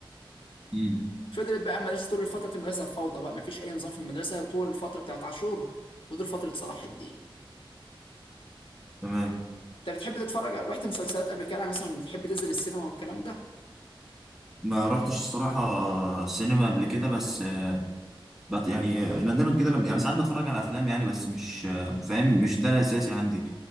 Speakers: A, in the centre; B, on the left.
A: امم
B: فضلت بقى المدرسه طول فتره المدرسه فوضى بقى مفيش اي نظام في المدرسه طول الفتره بتاعت عاشور وطول فتره صلاح الدين
A: تمام
B: انت بتحب تتفرج رحت مسلسلات قبل كده يعني مثلا بتحب تنزل السينما والكلام ده
A: ما رحتش الصراحة سينما قبل كده بس آه، بط يعني آه، نادرا كده لما يعني ساعات بتفرج على أفلام يعني بس مش آه، فاهم مش ده الأساسي عندي